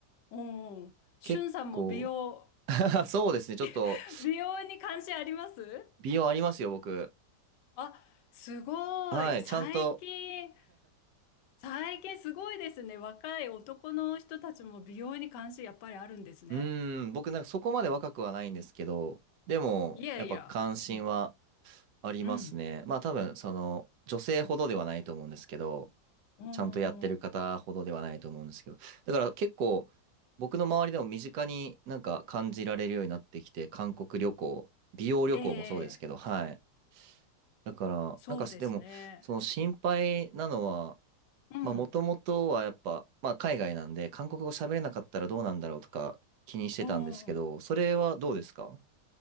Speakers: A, on the left; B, on the right.
A: うんうん。しゅんさんも美容、
B: 結構、<laughs> そうですね、ちょっと
A: <laughs> 美容に関心あります
B: 美容ありますよ、僕。
A: あ、すごい。
B: はい、
A: 最近、
B: ちゃんと、
A: 最近すごいですね。若い男の人たちも美容に関心やっぱりあるんですね。
B: うーん、僕なんかそこまで若くはないんですけど、でも、
A: いやいや。
B: やっぱ関心は
A: うん。
B: ありますね。
A: うん。
B: まあ多分、その、女性ほどではないと思うんですけど、
A: うん
B: ちゃんとやってる方ほどではないと思うんですけど、
A: うんうん
B: だから結構、僕の周りでも身近になんか感じられるようになってきて、韓国旅行、美容旅行もそうですけど、
A: ええ、
B: はい。だから、
A: そうですね。
B: なんかす、でも、その心配なのは、
A: うん。
B: まあ、もともとはやっぱ、まあ、海外なんで、韓国語喋れなかったらどうなんだろうとか気にしてたんですけど、
A: うん。
B: それはどうですか